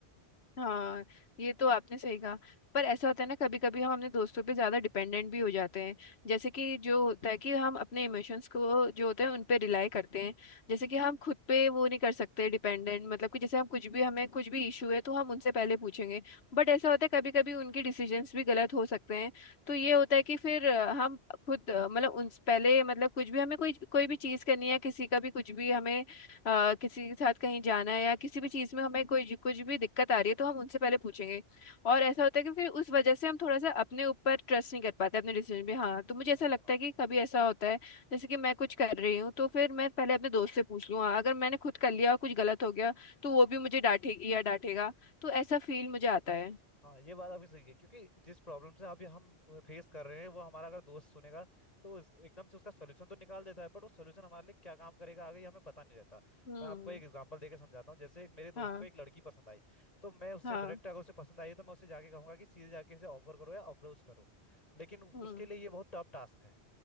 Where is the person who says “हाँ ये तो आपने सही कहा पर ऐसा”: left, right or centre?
Left